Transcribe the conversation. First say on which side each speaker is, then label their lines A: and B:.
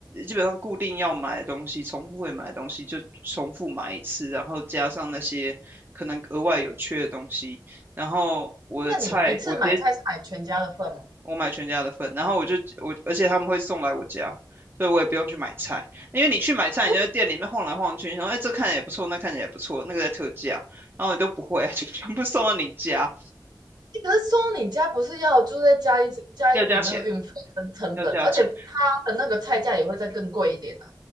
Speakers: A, on the right; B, on the right.
A: 基本上固定要买的东西，重复会买的东西就重复买一次，然后加上那些可能额外有缺的东西，然后我的菜我直接
B: 那你一次买菜是买全家的份吗？
A: 我买全家的份，然后我就我，而且他们会送来我家，所以我也不用去买菜，因为你去买菜，
B: 我
A: 你就在店里面晃来晃去，然后哎，这看起来也不错，那看起来也不错，那个在特价，然后你都不会，<laughs> 就全部送到你家，
B: 可是说你家不是要就是再加一加一笔那个运费跟成本，
A: 要加钱，要加钱。
B: 而且他的那个菜价也会再更贵一点啊。